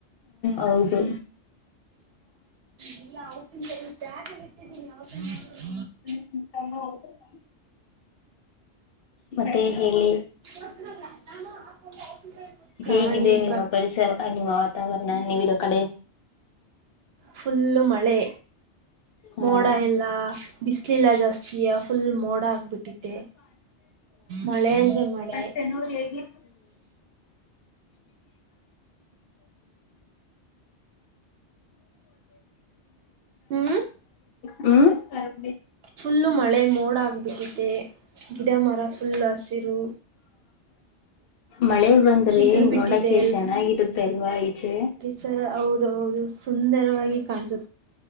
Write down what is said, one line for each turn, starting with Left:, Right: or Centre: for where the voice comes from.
Left: ಹೌದು
Right: ಇಲ್ಲ <unintelligible> ಈ ಬ್ಯಾಗಲ್ಲಿ ಇಟ್ಟಿದೀನಿ <unintelligible>
Left: ಹ್ಮು <unintelligible> ಮತ್ತೆ ಹೇಳಿ.
Right: <unintelligible> ಪ್ರಾಣಿ
Left: ಹೇಗಿದೆ
Right: ಪ್ರ
Left: ನಿಮ್ಮ ಪರಿಸರ, ನಿಮ್ಮ ವಾತಾವರಣ ನೀವಿರೋ ಕಡೆ.
Right: ಫುಲ್ಲು ಮಳೆ,
Left: ಹ್ಮ್
Right: ಮೋಡ ಎಲ್ಲ ಬಿಸ್ಲಿಲ್ಲಾ ಜಾಸ್ತಿ ಫುಲ್ ಮೋಡ ಆಗ್ಬಿಟ್ಟಿತ್ತೆ ಮಳೆ ಅಂದ್ರೆ ಮಳೆ.
Left: ಹ್ಮು
Right: ಹ್ಮ್
Left: <unintelligible> ಹ್ಮು
Right: ಫುಲ್ಲು ಮಳೆ ಮೋಡಾಗ್ಬಿಟ್ಟೆ ಗಿಡ, ಮರ ಫುಲ್ ಹಸಿರು
Left: ಮಳೆ ಬಂದ್ರೆ
Right: ಚಿಗುರು ಬಿಟ್ಟಿದೆ
Left: ನೋಡಕೆ ಚೆನ್ನಾಗಿರುತ್ತೆ ಅಲ್ವಾ ಈಚೆ.
Right: ಸರ ಹೌದ್ ಹೌದು ಸುಂದರವಾಗಿ ಕಾಣಸು